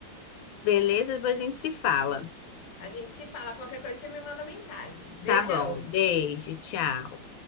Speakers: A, on the left; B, on the left.
A: beleza? Depois a gente se fala.
B: A gente se fala, qualquer coisa você me manda mensagem. Beijão.
A: Tá bom, beijo, tchau.